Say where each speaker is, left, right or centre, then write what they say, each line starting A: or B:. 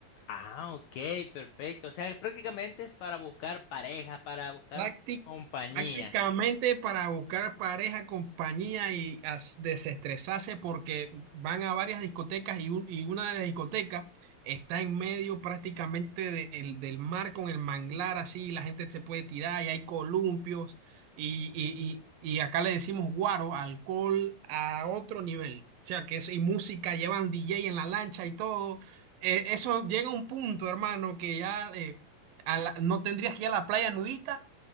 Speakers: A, on the left; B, on the right.
A: Ah, ok, perfecto. O sea, prácticamente es para buscar pareja, para buscar
B: Prácti-
A: o- compañía.
B: prácticamente para buscar pareja, compañía y as- desestresarse porque van a varias discotecas y, un- y una de las discotecas está en medio prácticamente del, del mar con el manglar así, y la gente se puede tirar y hay columpios y, y, y, y acá le decimos guaro, alcohol a otro nivel. O sea, que es, y música, llevan DJ en la lancha y todo. Eh, eso llega a un punto, hermano, que ya eh, a la- no tendrías que ir a la playa nudista